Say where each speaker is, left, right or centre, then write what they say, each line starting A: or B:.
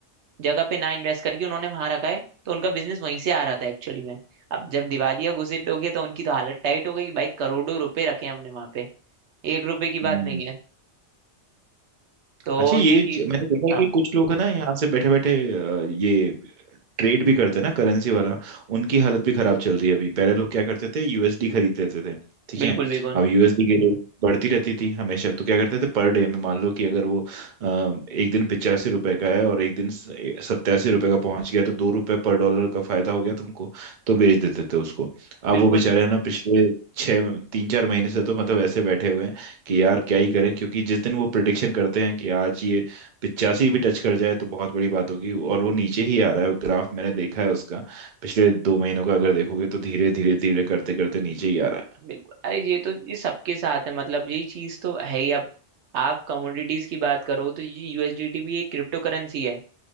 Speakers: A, on the right; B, on the right.
A: जगह पे ना इन्वेस्ट करके उन्होंने वहां रखा है तो उनका बिजनेस वहीं से आ रहा था एक्चुअली में अब जब दिवालिया घुसिट हो गया तो उनकी तो हालत टाइट हो गई कि भाई करोड़ों रुपए रखे हैं हमने वहां पे एक रुपए की बात
B: हम्म
A: नहीं है तो
B: अच्छा ये
A: ये चीज
B: च- मैंने देखा है
A: हाँ
B: कि कुछ लोग है ना यहाँ से बैठे बैठे ये ट्रेड भी करते हैं ना करेंसी वाला उनकी हालत भी खराब चल रही है अभी पहले लोग क्या करते थे यूएसडी खरीद लेते थे ठीक
A: बिल्कुल
B: है
A: बिल्कुल
B: अब यूएसडी की रेट बढ़ती रहती थी हमेशा तो क्या करते थे पर डे में मान लो कि अगर वो अ, एक दिन पिचासी रुपए का है और एक दिन सत्तासी रुपए का पहुंच गया तो दो रुपए पर डॉलर का फायदा हो गया तुमको तो बेच देते थे उसको अब
A: बिल्कुल
B: वो बेचारे है ना पिछले छः तीन चार महीने से तो मतलब ऐसे बैठे हुए हैं कि यार क्या ही करें क्योंकि जिस दिन वो प्रिडिक्शन करते हैं कि आज ये पिचासी भी टच कर जाए तो बहुत बड़ी बात होगी और वो नीचे ही आ रहा है ग्राफ मैंने देखा है उसका पिछले दो महीनों का अगर देखोगे तो धीरे धीरे धीरे करते करते नीचे ही आ रहा
A: बिल्कुल अरे ये तो ये सबके साथ है मतलब यही चीज तो है ही अब आप कमोडिटीज की बात करो तो ये यूएसडीटी भी एक क्रिप्टो करेंसी है